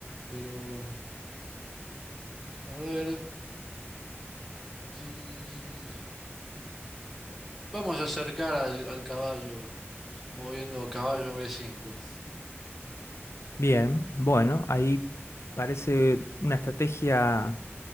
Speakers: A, in the centre; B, on the left.
A: Pero, a ver, mm, vamos a acercar al al caballo. Moviendo caballo B5.
B: Bien, bueno, ahí parece una estrategia